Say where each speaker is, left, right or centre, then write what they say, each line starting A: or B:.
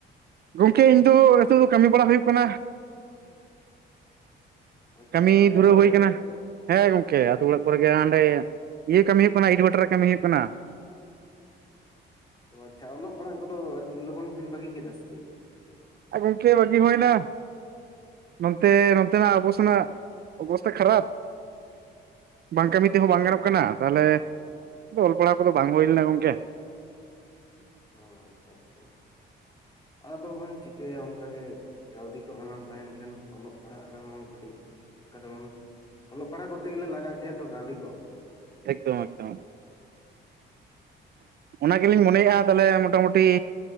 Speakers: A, on the right; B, on the left.
A: ᱜᱚᱝᱠᱮ ᱤᱧ ᱫᱚ ᱱᱤᱛᱚᱜ ᱫᱚ ᱠᱟᱹᱢᱤ ᱵᱟᱲᱟ ᱦᱩᱭᱩᱜ ᱠᱟᱱᱟ
B: ᱟᱪᱪᱷᱟ
A: ᱠᱟᱹᱢᱤ
B: ᱟᱹᱛᱩ ᱚᱲᱟᱜ
A: ᱫᱷᱩᱨᱟᱹᱣ
B: ᱠᱚᱨᱮ
A: ᱦᱩᱭ
B: ᱜᱮ
A: ᱠᱟᱱᱟ ᱦᱮᱸ ᱜᱚᱝᱠᱮ ᱟᱛᱳ ᱚᱲᱟᱜ ᱠᱚᱨᱮ ᱜᱮ ᱚᱸᱰᱮ ᱤᱭᱟᱹ ᱠᱟᱹᱢᱤ ᱦᱩᱭᱩᱜ ᱠᱟᱱᱟ ᱤᱴᱟᱹᱵᱷᱟᱴᱟ ᱨᱮ ᱠᱟᱹᱢᱤ ᱦᱩᱭᱩᱜ ᱠᱟᱱᱟ
B: ᱚ ᱟᱪᱪᱷᱟ ᱚᱞᱚᱜ ᱯᱟᱲᱦᱟᱜ ᱠᱚᱫᱚ ᱟᱹᱰᱤ ᱞᱚᱜᱚᱱ ᱵᱤᱱ ᱵᱟᱜᱤ ᱠᱮᱫᱟ ᱥᱮ ᱪᱮᱫ
A: ᱦᱮᱸ ᱜᱚᱢᱠᱮ ᱵᱟᱜᱤ ᱦᱩᱭᱱᱟ ᱱᱚᱱᱛᱮ ᱱᱚᱱᱚᱛᱱᱟᱜ ᱟᱵᱚ ᱥᱮᱱᱟᱜ ᱚᱵᱚᱥᱛᱟ ᱠᱷᱟᱨᱟᱯ ᱵᱟᱝ ᱠᱟᱹᱢᱤ
B: ᱚ
A: ᱛᱮᱦᱚᱸ ᱵᱟᱝ ᱜᱟᱱᱚᱜ ᱠᱟᱱᱟ ᱛᱟᱦᱚᱞᱮ ᱟᱫᱚ ᱚᱞ ᱯᱟᱲᱦᱟᱣ ᱠᱚᱫᱚ ᱵᱟᱝ ᱦᱩᱭ ᱞᱮᱱᱟ ᱜᱚᱢᱠᱮ
B: ᱚ ᱟᱪᱪᱷᱟ ᱟᱪᱪᱷᱟ ᱟᱫᱚᱵᱚᱱ ᱪᱤᱠᱟᱹᱭᱟ ᱚᱱᱠᱟ ᱜᱮ ᱠᱟᱹᱣᱰᱤ ᱠᱚ ᱟᱱᱟᱴ ᱛᱟᱦᱮᱱ ᱠᱷᱟᱱ ᱚᱞᱚᱜ ᱯᱟᱲᱦᱟᱜ ᱨᱮᱦᱚᱸ ᱠᱟᱹᱴᱤᱡ ᱚᱱᱠᱟ ᱛᱮᱢᱟ ᱚᱞᱚᱜ ᱯᱟᱲᱦᱟᱜ ᱠᱚᱨᱛᱮ ᱜᱮᱞᱮ ᱞᱟᱜᱟᱜ ᱜᱮᱭᱟ ᱛᱚ ᱠᱟᱹᱣᱰᱤ ᱠᱚ
A: ᱮᱠᱫᱚᱢ ᱮᱠᱫᱚᱢ ᱚᱱᱟ ᱜᱮᱞᱤᱧ ᱢᱚᱱᱮᱭᱮᱫᱼᱟ ᱛᱟᱦᱚᱞᱮ ᱢᱚᱴᱟᱢᱩᱴᱤ